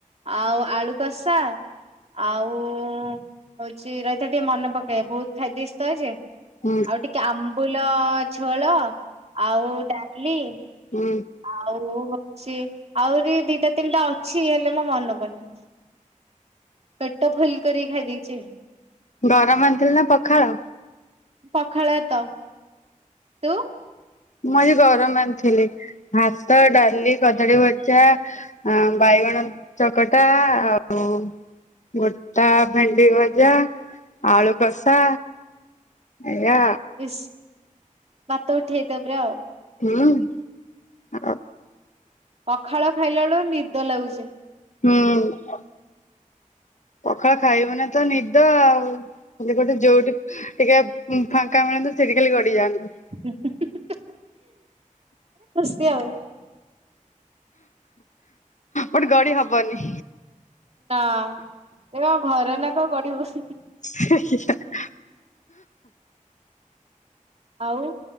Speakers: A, on the right (about 50°); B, on the left (about 60°).
A: ଆଉ ଆଳୁ କଷା। ଆଉ ହଉଛି ରହିଥା ଟିକେ ମନେ ପକାଏ ବହୁତ ଖାଇ ଦେଇଛି ତ ଆଜି।
B: ହୁଁ
A: ଆଉ ଟିକେ ଆମ୍ବୁଲ ଝୋଳ ଆଉ ଡାଲି।
B: ଉଁ।
A: ଆଉ ହଉଛି ଆହୁରି ଦିଟା ତିନିଟା ଅଛି ହେଲେ ମୋ ମନେ ପଡ଼ନି। ପେଟ ଫୁଲ କରି ଖାଇ ଦେଇଛି।
B: ଗରମ ଆଣିଥିଲୁ ନା ପଖାଳ?
A: ପଖାଳ ଆତ ତୁ
B: ମୁଁ ଆଜି ଗରମ ଆଣି ଥିଲି, ଭାତ, ଡାଲି, କଦଳୀ ଭଜା। ଆ ବାଇଗଣ ଚକଟା ଆଉ ଗୋଟା ଭେଣ୍ଡି ଭଜା, ଆଳୁ କଷା। ଏୟା।
A: ଇଷ୍ ଭାତ ଉଠିଯାଇଥିବ ପୁରା।
B: ହୁଁ। ଆଉ
A: ପଖାଳ ଖାଇଲାଳୁ ନିଦ ଲାଗୁଚି।
B: ହୁଁ। ପଖାଳ ଖାଇବୁ ନା ତ ନିଦ ଆଉ ଖାଲି ଗୋଟେ ଯୋଉଠି ଟିକେ ଫାଙ୍କା ମିଳନ୍ତା ସେଠି ଖାଲି ଗଡି ଯାଆନ୍ତୁ।
A: <unintelligible> ଖୁସି ଆଉ।
B: ବଟ୍ ଗଡି ହବନି।
A: ନା ଏ କଁ ଘର ନା କ ଗଡିବୁ।
B: <unintelligible>
A: ଆଉ